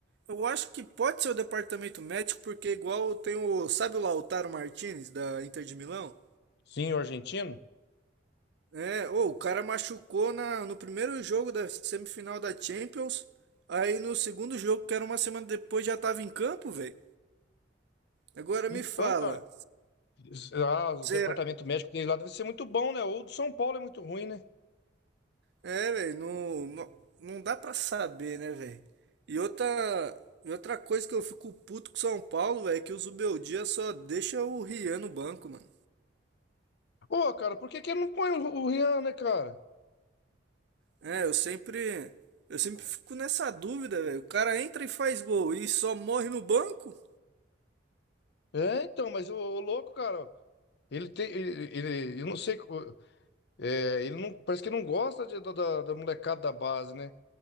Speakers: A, on the right (about 60°); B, on the left (about 60°).
A: eu acho que pode ser o departamento médico, porque igual tem o, sabe o Lautaro Martinez da Inter de Milão?
B: Sim, o argentino.
A: É, ô, o cara machucou na, no primeiro jogo da semifinal da Champions. Aí no segundo jogo, que era uma semana depois, já tava em campo, velho. Agora
B: Então,
A: me fala,
B: cara, ah, o
A: será?
B: departamento médico dele lá deve ser muito bom, né? Ou do São Paulo é muito ruim, né?
A: É, velho, não, não não dá pra saber, né, velho? E outra, e outra coisa que eu fico puto com o São Paulo, velho, é que o Zubeldia só deixa o Rian no banco, mano.
B: Ô, cara, por que que ele não põe o, o Rian, né, cara?
A: É, eu sempre, eu sempre fico nessa dúvida, velho. O cara entra e faz gol e só morre no banco?
B: É, então, mas o, o louco, cara, Ele tem, ele, ele- eu não sei, co- é, ele não, parece que não gosta de- da, da- da molecada da base, né?